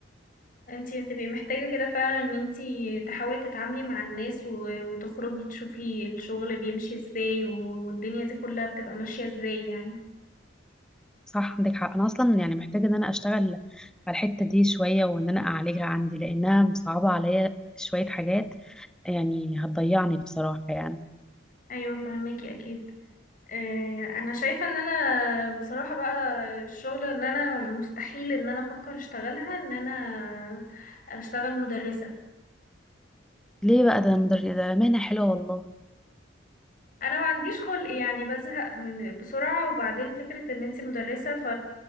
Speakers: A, on the left; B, in the centre.
A: انتي هتبقي محتاجة كده فعلا ان انتي تحاولي تتعاملي مع الناس و- وتخرجي تشوفي الشغل بيمشي ازاي والدنيا دي كلها بتبقى ماشية ازاي يعني
B: صح عندك حق انا اصلا يعني محتاجه ان انا اشتغل على الحته دي شويه وان انا اعالجها عندي لانها مصعبه عليا شويه حاجات يعني هتضيعني بصراحه يعني
A: ايوه فهماكي اكيد آه، انا شايفه ان انا بصراحه بقى الشغل ان انا مستحيل ان انا افكر اشتغلها ان انا اشتغل مدرسه
B: ليه بقى ده مدر ده مهنه حلوه والله
A: انا ما عنديش خلق يعني بزهق من بسرعه وبعدين فكره ان انتي مدرسه ف